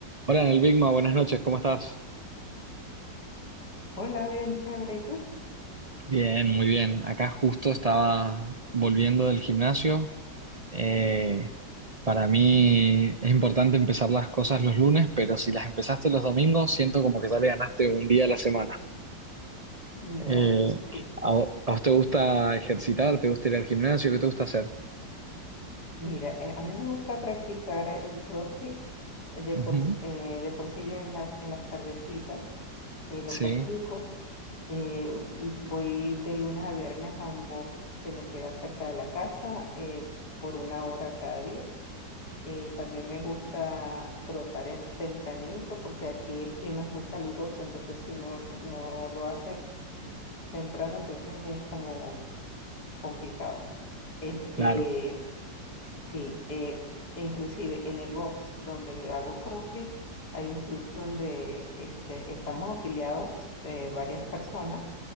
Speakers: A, on the right; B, on the left.
A: Hola, en el Bigma, buenas noches, ¿cómo estás?
B: Hola, bien chévere. ¿Y tú?
A: Bien, muy bien. Acá justo estaba volviendo del gimnasio. Eh, para mí es importante empezar las cosas los lunes, pero si las empezaste los domingos, siento como que ya le ganaste un día a la semana.
B: Ya,
A: Eh,
B: sí.
A: ¿a, vo- a vos te gusta ejercitar? ¿Te gusta ir al gimnasio? ¿Qué te gusta hacer?
B: Mira, eh, a mí me gusta practicar el CrossFit. eh, De
A: Ujú.
B: por, s- eh, de por sí yo en la- en las tardecitas eh, lo
A: Sí,
B: practico. Eh, m- voy de lunes a viernes a un box que me queda cerca de la casa eh, por una hora cada día. Eh, también me gusta trotar eh, tempranito porque aquí el clima es muy caluroso, entonces si no, no lo haces temprano, entonces es como complicado. Este,
A: claro,
B: sí, eh, e inclusive en el box donde hago CrossFit, hay un club donde este, estamos afiliados eh, varias personas